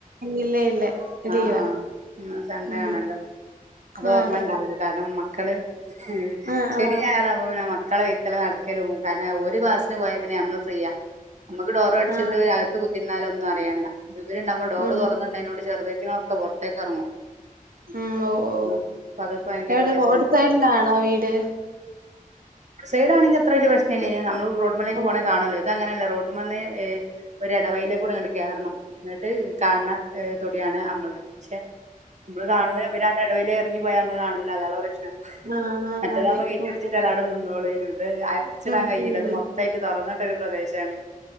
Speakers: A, on the right (about 80°); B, on the right (about 55°).
A: ഇല്ല ഇല്ല ലീവാ
B: ആഹ് ആഹ് ഇന്ന് സൺഡേ
A: ഉം
B: ആണല്ലോ. അതോർമ്മ
A: ആ അതെ
B: ഇണ്ടാവൂല കാരണം മക്കള് ഉം
A: ആ
B: ശെനിം
A: ആ
B: ഞായറാവുമ്പം പിന്നെ മക്കളെ വെയ്ത്തലെ നടക്കലും കാരണം ഓര് ക്ലാസ് ന് പോയാപിന്നെ നമ്മള് ഫ്രീയാ. നമുക്ക് ഡോറ് അടിച്ചിട്ട്
A: ആ ആ,
B: അകത്ത് കുത്തിരുന്നാലൊന്നും അറിയണ്ട. ഇത് ഇവര്ണ്ടാവുമ്പം ഡോറ്
A: ഉം
B: തുറന്ന്ട്ണേനോട് ചെറുതേറ്റങ്ങളൊക്കെ പുറത്തേക്ക് ഇറങ്ങും.
A: ഉം ഓഹ്
B: ഉം അപ്പൊ അതൊക്കെ ഭയങ്കര
A: എവിടെ
B: പ്രശ്നാ
A: റോഡ് സൈഡിലാണോ വീട്?
B: സൈഡാണെങ്കി അത്രവലിയ പ്രശനല്ലേയിനി നമ്മള് റോഡ്മ്മലേക്ക്
A: ഉം
B: പോണ കാണുല്ലോ ഇത് അങ്ങനെയല്ല റോഡുമ്മെന്ന് ഒരു എടവഴിലേകൂടെ ഇങ്ങട് കേറണം. എന്നട്ട് കാണണ തൊടിയാണ് അമ്മൾട്ത് പക്ഷെ നമ്മള് കാണൂല ഇവര് എടവഴീല് ഇറങ്ങി പോയാ മ്മള് കാണൂല്ല അതാൺളാ പ്രശ്നം.
A: ആ ആ
B: മറ്റേതാവുമ്പം
A: അതെ
B: ഗേറ്റടിച്ചിട്ടാൽ
A: ഓ ഓ
B: അവ വിടെ നിന്നോളേനു. ഇത് അടച്ചിടാൻ
A: ഉം
B: കഴിയില്ല.
A: ഉം
B: ഇത് മൊത്തായിട്ട് തുറന്നിട്ടൊരു പ്രദേശാണ്.